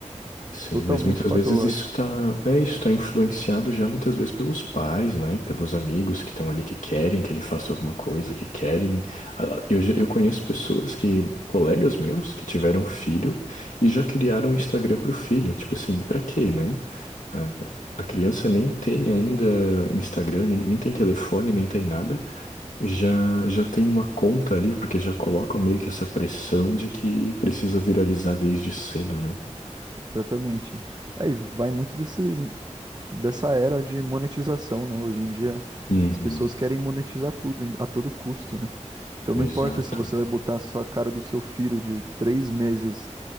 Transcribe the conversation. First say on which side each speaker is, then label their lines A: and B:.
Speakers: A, on the left (about 85°); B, on the right (about 35°).
A: Sim,
B: totalmente
A: mas muitas
B: patológico.
A: vezes isso está, é, isso está influenciado já muitas vezes pelos pais, né? Pelos amigos que estão ali que querem que ele faça alguma coisa, que querem. Ah, Eu, já- eu conheço pessoas que, colegas meus, que tiveram filho e já criaram um Instagram pro filho. Tipo assim, pra quê, né? Ah, A criança nem tem ainda Instagram, nem, nem tem telefone, nem tem nada. Já, já tem uma conta ali, porque já colocam meio que essa pressão de que precisa viralizar desde cedo, né?
B: Exatamente. Aí vai muito desse. dessa era de monetização, né? Hoje em dia
A: Uhum.
B: as pessoas querem monetizar tudo em- a todo custo, né? Então não importa
A: Exato.
B: se você vai botar só a cara do seu filho de três meses